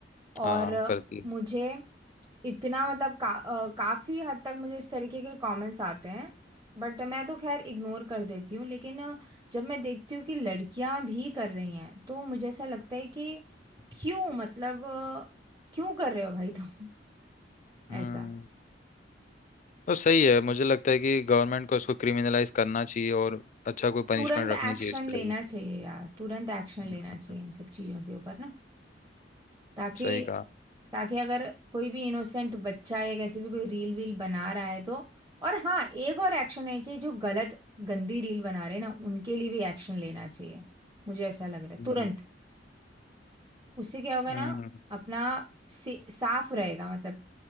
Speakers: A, on the left; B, on the right.
A: हाँ
B: और
A: करती है
B: मुझे इतना मतलब का, अ, काफी हद तक मुझे इस तरीके के कमेंट्स आते हैं बट मैं तो खैर इग्नोर कर देती हूँ लेकिन अ, जब मैं देखती हूँ कि लड़कियां भी कर रही हैं तो मुझे ऐसा लगता है कि क्यों मतलब अ, क्यों कर रहे हो भाई तुम <laughs> ऐसा
A: हम्म और सही है मुझे लगता है कि गवर्नमेंट को इसको क्रिमिनलाइज करना चाहिए और अच्छा कोई
B: तुरंत
A: पनिशमेंट रखनी
B: एक्शन
A: चाहिए इसके
B: लेना
A: लिए भी
B: चाहिए यार तुरंत एक्शन
A: हम्म,
B: लेना चाहिए इन सब चीजों के ऊपर ना ताकि
A: सही कहा
B: ताकि अगर कोई भी इनोसेंट बच्चा या कैसे भी कोई रील वील बना रहा है तो और हाँ एक और एक्शन लेना चाहिए जो गलत गंदी रील बना रहे हैं ना उनके लिए भी एक्शन लेना चाहिए मुझे ऐसा लग रहा है
A: हम्म
B: तुरंत उससे क्या होगा
A: हम्म,
B: ना अपना से- साफ रहेगा मतलब